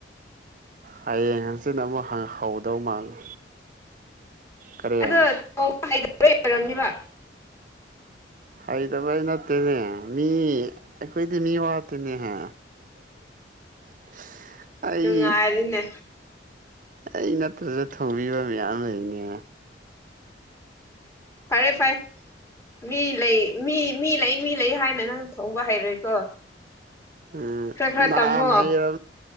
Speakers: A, on the right; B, on the left.
A: ꯍꯌꯦꯡ ꯍꯪꯆꯤꯠ ꯑꯃꯨꯛ ꯍꯍꯧꯗꯧ ꯃꯥꯜꯂꯦ ꯀꯔꯤ
B: ꯑꯗ ꯂꯣꯏ ꯑꯣꯏꯔꯕꯝꯅꯤꯕ
A: ꯑꯩꯗꯕ ꯅꯠꯇꯦꯅꯦ ꯃꯤ ꯑꯩꯈꯣꯏꯗꯤ ꯃꯤ ꯋꯥꯇꯅꯦꯍꯦ <unintelligible> ꯑꯩ
B: ꯅꯨꯡꯉꯥꯏꯔꯤꯅꯦ
A: ꯑꯩ ꯅꯠꯇ꯭ꯔꯗ ꯊꯣꯡꯕꯤꯕ ꯃꯌꯥꯝ ꯂꯩꯅꯦ
B: ꯐꯔꯦ ꯐꯔꯦ ꯃꯤ ꯂꯩ ꯃꯤ ꯃꯤ ꯂꯩ ꯃꯤ ꯂꯩ ꯍꯥꯏꯅ ꯅꯪ ꯐꯣꯡꯕ ꯍꯩꯔꯣꯏꯀꯣ
A: ꯑ
B: ꯈꯔ ꯈꯔ
A: ꯅꯍꯔ
B: ꯇꯝꯃꯣ